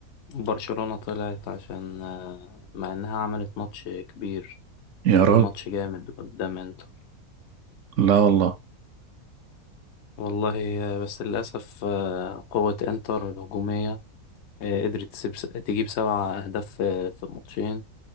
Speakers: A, on the left; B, on the right.
A: برشلونة طلعت عشان آه، مع انها عملت ماتش كبير
B: يا
A: كان
B: راجل
A: ماتش جامد قدام انتر
B: لا والله
A: والله آه، بس للاسف آه، قوة انتر الهجومية آه، قدرت تسيب تجيب سبع أهداف في في الماتشين